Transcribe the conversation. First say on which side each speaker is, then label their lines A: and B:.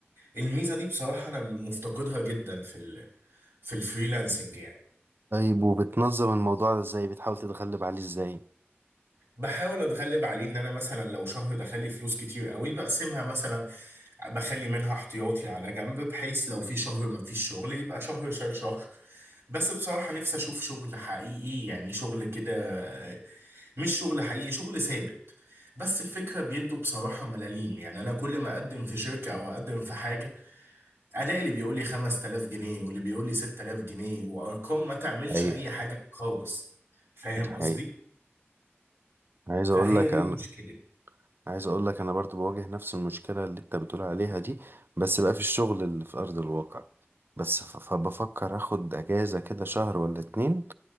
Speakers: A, on the right (about 75°); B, on the right (about 55°).
A: الميزة دي بصراحة أنا مفتقدها جدا في ال في الفريلانسنج يعني
B: طيب وبتنظم الموضوع ده ازاي بتحاول تتغلب عليه ازاي
A: بحاول اتغلب عليه ان انا مثلا لو شهر دخل لي فلوس كتير قوي بقسمها مثلا بخلي منها احتياطي على جنب بحيث لو في شهر ما فيش شغل يبقى شهر شال شهر بس بصراحة نفسي اشوف شغل حقيقي يعني شغل كده آه، مش شغل حقيقي شغل ثابت بس الفكرة بيدوا بصراحة ملاليم يعني انا كل ما اقدم في شركة او اقدم في حاجة الاقي اللي بيقول لي 5000 جنيه واللي بيقول لي 6000 جنيه وارقام ما تعملش
B: حقيقة
A: اي حاجة خالص فاهم
B: دي حقيقة
A: قصدي؟
B: عايز
A: فهي
B: اقول لك
A: دي
B: انا
A: المشكلة
B: عايز اقول لك انا برضو بواجه نفس المشكلة اللي انت بتقول عليها دي بس بقى في الشغل اللي في ارض الواقع بس ف- فبفكر اخد اجازة كده شهر ولا اتنين